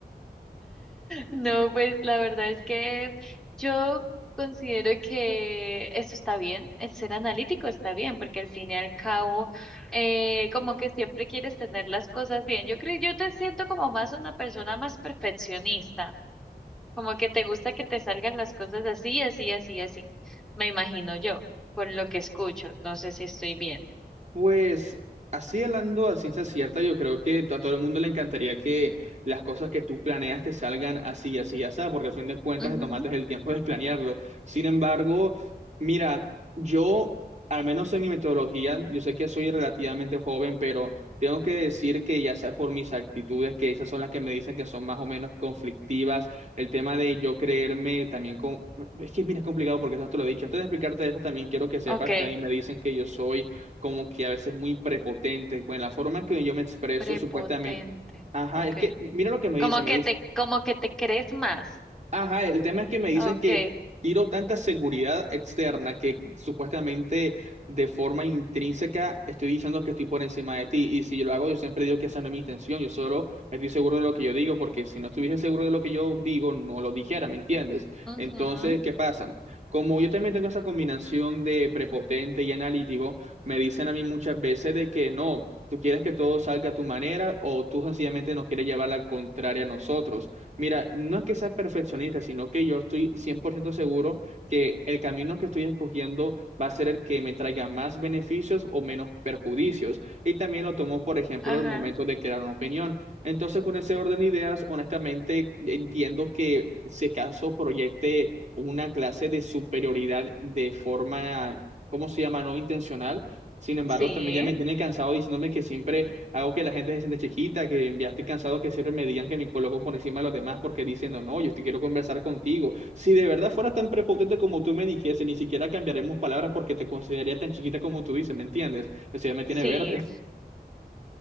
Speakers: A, in the centre; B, on the right.
A: No, pues la verdad es que yo considero que eso está bien, el ser analítico está bien, porque al fin y al cabo, eh, como que siempre quieres tener las cosas bien. Yo creo, yo te siento como más una persona más perfeccionista, como que te gusta que te salgan las cosas así, así, así, así. Me imagino yo, por lo que escucho, no sé si estoy bien.
B: Pues así hablando a ciencia cierta, yo creo que a todo el mundo le encantaría que las cosas que tú planeas te salgan así, así, así, porque al fin de cuentas
A: Ujú,
B: te tomaste el tiempo de planearlo. Sin embargo, mira, yo, al menos en mi metodología, yo sé que soy relativamente joven, pero tengo que decir que ya sea por mis actitudes, que esas son las que me dicen que son más o menos conflictivas, el tema de yo creerme también con... Es que mira, es complicado porque eso te lo he dicho. Antes de explicarte eso, también quiero que sepas
A: Ok,
B: que a mí me dicen que yo soy como que a veces muy prepotente, pues en la forma en que yo me expreso,
A: prepotente,
B: supuestamente, ajá,
A: ok.
B: es que mira lo que me
A: Como
B: dice, me
A: que
B: dice.
A: te, como que te crees más.
B: Ajá, el tema es que me dicen
A: Ok.
B: que tiro tanta seguridad externa que supuestamente de forma intrínseca estoy diciendo que estoy por encima de ti. Y si yo lo hago, yo siempre digo que esa no es mi intención. Yo solo estoy seguro de lo que yo digo, porque si no estuviese seguro de lo que yo digo, no lo dijera, ¿me entiendes?
A: Ujú,
B: Entonces, ¿qué pasa? Como yo también tengo esa combinación de prepotente y analítico, me dicen a mí muchas veces de que no. Tú quieres que todo salga a tu manera o tú sencillamente nos quieres llevar la contraria a nosotros. Mira, no es que sea perfeccionista, sino que yo estoy 100% seguro que el camino que estoy escogiendo va a ser el que me traiga más beneficios o menos perjudicios. Y también lo tomo, por ejemplo,
A: Ajá,
B: el momento de crear una opinión. Entonces, con ese orden de ideas, honestamente, entiendo que si caso proyecte una clase de superioridad de forma, ¿cómo se llama? No intencional. Sin embargo,
A: sí,
B: también ya me tiene cansado diciéndome que siempre Hago que la gente se siente chiquita, que ya estoy cansado que siempre me digan que me coloco por encima de los demás porque diciendo, no, yo te quiero conversar contigo. Si de verdad fueras tan prepotente como tú me dijese, ni siquiera cambiaremos palabras porque te consideraría tan chiquita como tú dices, ¿me entiendes? Eso ya me tiene
A: sí.
B: verde.